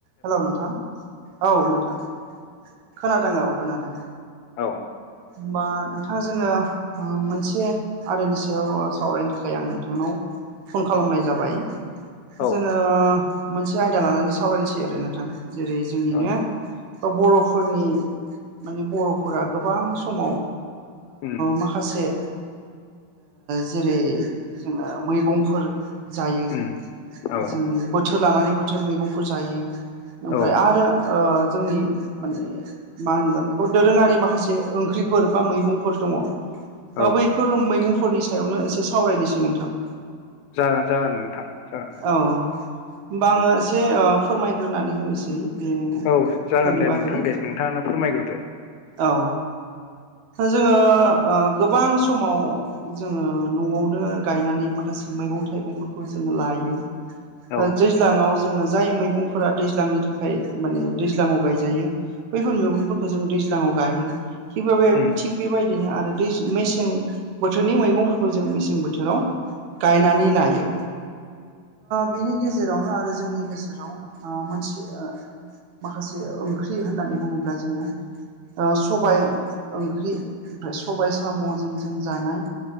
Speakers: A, on the right; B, on the left.
A: Hello नोंथां औ नोंथां खोनादों औ खोनादों।
B: औ
A: होमबा नोंथाङा जोङो मोनसे आदानि सायाव सावरायनो थाखाय आं नोंथांनाव फन खालामनाय जाबाय
B: औ
A: जोङो मोनसे आयदा लानानै सावरायनोसै आरो नोंथां। जेरै जोंनिनो
B: औ
A: बा बर'फोरनि माने बर'फोरा गोबां समाव
B: उम
A: माखासे जेरै जोङो मैगंफोर जायो
B: उम औ
A: जोङो बोथोर लानानै बोथोर मैगंफोर जायो। ओमफ्राय
B: औ
A: आरो जोंनि माने मा होनगोन बेखौ दोरोङारि माखासे ओंख्रि फोरबा मैगं फोर दङ
B: औ
A: बैफोर मैगंफोरनि सायावनो एसे सावरायनोसै नोंथां।
B: जागोन जागोन नोंथां जागोन।
A: औ होमबा आङो एसे फोरमायग्रोनानै होनोसै। बे
B: औ जागोन
A: फोरनि
B: दे
A: बागै
B: नोंथां दे नोंथाङानो फोरमायग्रोदो
A: औ जोङो गोबां समाव जोङो न'आवनो गायनानै माखासे मैगं थायगं फोरखौ लायो
B: औ
A: दैज्लाङाव जोङो जाय मैगंफोरा दैज्लांनि थाखाय माने दैज्लाङाव गायजायो बैफोर मैगंफोरखौ जों दैज्लाङाव गायो <unintelligible> थिग
B: उम
A: बेबाय बिदिनो आरो दै मेसें बोथोरनि मैगंफोरखौ जों मेसें बोथोराव गायनानै लायो बिनि गेजेरावनो आरो जोंनि गेजेराव मोनसे माखासे ओंख्रि होननानै बुङोब्ला जोङो सबाय ओंख्रि सबाय साम'जों जों जानाय